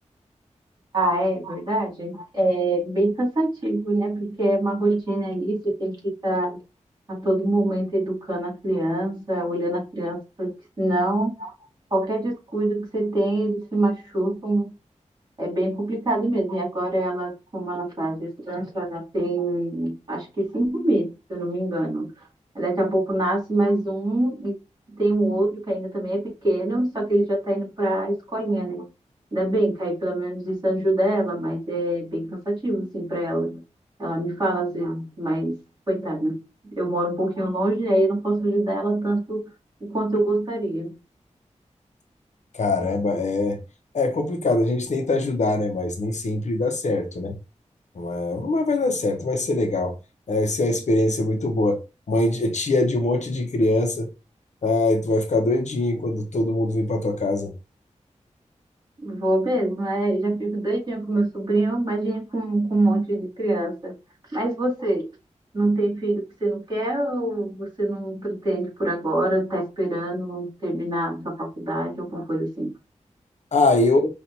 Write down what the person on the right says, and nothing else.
Ah, é verdade? É bem cansativo, né? Porque é uma rotina ali, você tem que estar a todo momento educando a criança, olhando a criança, porque senão qualquer descuido que você tem, eles se machucam É bem complicado mesmo. E agora ela, como ela está gestante, ela já tem acho que cinco meses, se eu não me engano. Aí Daqui a pouco nasce mais um e tem um outro que ainda também é pequeno, só que ele já está indo para a escolinha, né? Ainda bem que aí pelo menos isso ajuda ela, mas é bem cansativo, assim, para ela. Ela me fala às vezes, mas coitada, eu moro um pouquinho longe, aí eu não posso ajudar ela tanto o quanto eu gostaria.
Vou mesmo, é, eu já fico doidinha com meu sobrinho, imagine com, com um monte de criança. Mas você, não tem filho que você não quer ou você não pretende por agora, tá esperando terminar sua faculdade, alguma coisa assim?